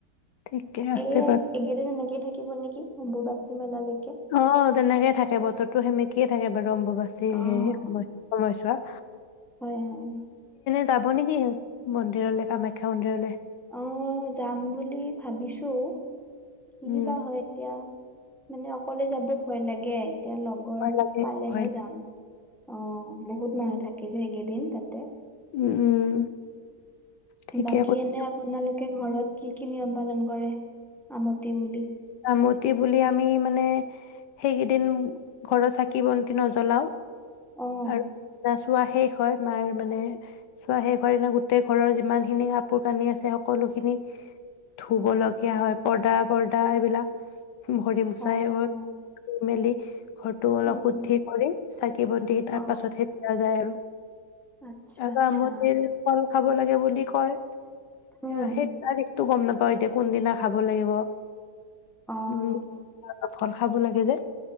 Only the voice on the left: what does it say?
ঠিকে আছে
বাৰু
অ' তেনেকে থাকে বতৰতো সেমেকিয়ে থাকে বাৰু অম্বুবাচী সে
সেই সময় সময় চোৱা।
যাব নেকি মন্দিৰলৈ কামাখ্যা মন্দিৰলৈ?
উম
ভয় লাগে
ভয় লাগে
উম। ঠিকে
কৈছা
আমতি বুলি আমি মানে সেইকেইদিন ঘৰৰ চাকি, বন্তি নজ্বলাও
আৰু ৰস চোৱা শেষ হয় মাৰ মানে চোৱা শেষ হয়োৱাৰ দিনা গোটেই ঘৰৰ যিমানখিনি কাপোৰ কানি আছে সকলোখিনি ধুবলগীয়া হয়। পৰ্দা পৰ্দা এইবিলাক ভৰি মছাই
<unintelligible> মেলি ঘৰটো অলপ
শুদ্ধি
কৰি সা চাকি বন্তি তাৰ
পাছতহে দিয়া যায় আৰু।
আৰু
আমতিৰ ফল খাব লাগে বুলি কয়।
অ সেই <unintelligible> টো গম নাপাওঁ এতিয়া কোনদিনা খাব লাগিব।
উ <inaudible> ফল খাব লাগে যে।